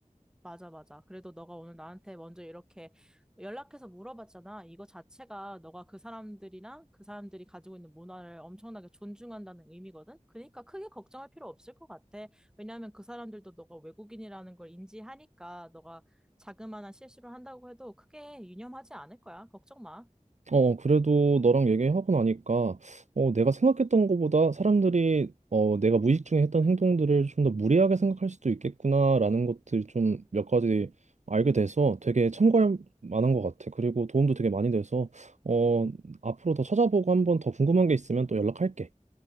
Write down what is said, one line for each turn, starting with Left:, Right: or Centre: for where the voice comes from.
Centre: 맞아, 맞아. 그래도 너가 오늘 나한테 먼저 이렇게 연락해서 물어봤잖아. 이거 자체가 너가 그 사람들이나 그 사람들이 가지고 있는 문화를 엄청나게 존중한다는 의미거든? 그러니까 크게 걱정할 필요 없을 것 같아. 왜냐하면 그 사람들도 너가 외국인이라는 걸 인지하니까 너가 자그마한 실수를 한다고 해도 크게 유념하지 않을 거야. 걱정 마.
Right: 어, 그래도 너랑 얘기하고 나니까, 어, 내가 생각했던 것보다 사람들이, 어, 내가 무의식 중에 했던 행동들을 좀 더 무리하게 생각할 수도 있겠구나라는 것들 좀 몇 가지 알게 돼서 되게 참고할 만한 것 같아. 그리고 도움도 되게 많이 돼서, 어, 앞으로 더 찾아보고 한번 더 궁금한 게 있으면 또 연락할게.